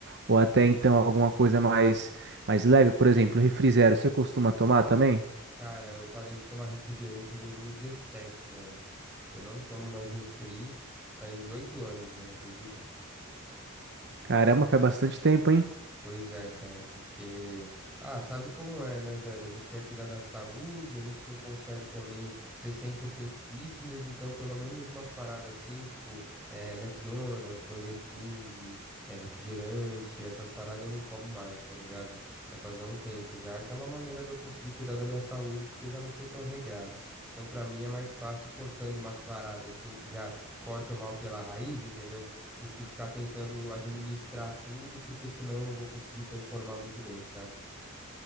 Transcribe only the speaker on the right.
Ou até então alguma coisa mais mais leve, por exemplo, refri zero, você costuma tomar também?
Caramba, faz bastante tempo, hein?